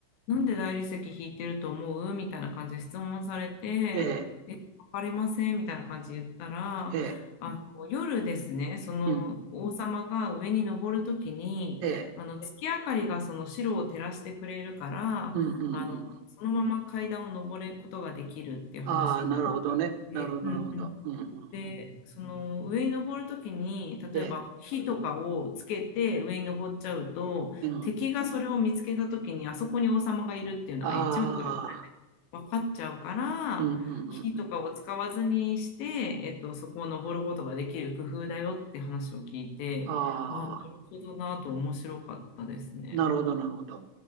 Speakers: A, on the left; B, on the right.
A: なんで大理石引いてると思うみたいな感じで質問されて、
B: ええ、
A: え、わかりませんみたいな感じで言ったら、
B: ええ。
A: あの夜ですね、その王様が上に登るときに、
B: うん。ええ。
A: あの月明かりがその城を照らしてくれるから、
B: うんうんうんうん。
A: あのそのまま階段を登ることができるっていう話になっていて、
B: ああ、なるほどね。なるほど、
A: うんうん
B: なるほど。うんうんうん。
A: で、その上に登るときに、例えば火とかをつけて上に登っちゃうと、
B: ええ。うん。
A: 敵がそれを見つけたときに、あそこに王様がいるっていうのが一目瞭然
B: ああ。
A: 分かっちゃうから、
B: うんうんうんうん。
A: 火とかを使わずにして、えっと、そこを登ることができる工夫だよって話を聞いて、
B: ああ、
A: ああ、なるほどなと面白かったですね。
B: なるほど、なるほど。